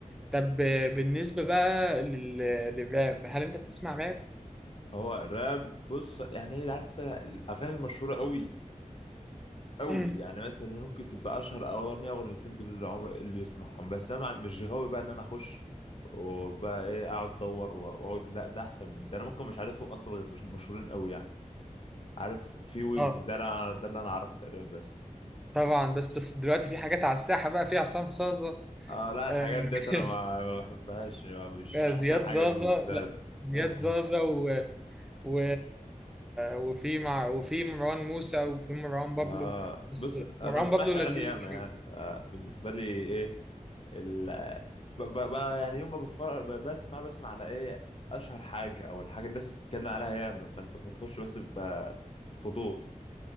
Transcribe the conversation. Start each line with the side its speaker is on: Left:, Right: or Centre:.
Centre: طب آه، بالنسبة بقى لل... للراب هل انت بتسمع راب؟
Left: هو الراب بص يعني ايه عارف انت الاغاني المشهوره قوي قوي
Centre: <clears throat> مم.
Left: يعني مثلا هي ممكن تبقى اشهر اغنيه اغنيتين دول اللي عمر اللي يسمعهم بس انا مع- مش غاوي بقى ان انا اخش وبقى ايه اقعد ادور و- واقول لا ده احسن من ده انا ممكن مش عارفهم اصلا غير مشهورين قوي يعني عارف في ويجز
Centre: اه
Left: ده لا- ده اللي انا اعرفه تقريبا بس
Centre: طبعا بس بس دلوقتي في حاجات على الساحة بقى في عصام صاصة
Left: اه لا
Centre: آه،
Left: الحاجات ديت انا
Centre: <laughs>
Left: ما, ما بحبهاش ما- مش
Centre: آه،
Left: مش
Centre: زياد
Left: احسن حاجه
Centre: زازا
Left: بالنسبه
Centre: لا
Left: لي <laughs>
Centre: زياد زازا و... و... وفي مع... وفي مروان موسى وفي مروان بابلو
Left: اه
Centre: بس
Left: بص انا
Centre: مروان
Left: ما بسمعش
Centre: بابلو لذيذ
Left: اغاني ياما
Centre: الحقيقة.
Left: يعني فبالنسبه لي ايه ال ب- ب- ب- يعني يوم ما بفر... ب- بسمع بسمع على ايه اشهر حاجه او الحاجه الناس بتتكلم عليها ياما فانت بتخش بس بفضول